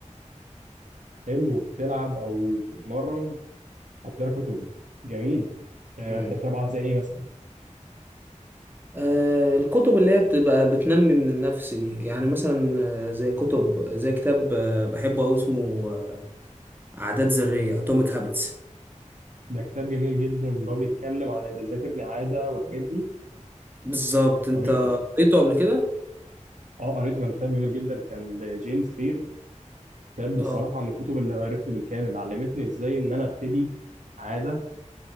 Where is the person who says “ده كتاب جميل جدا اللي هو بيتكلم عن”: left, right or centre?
Right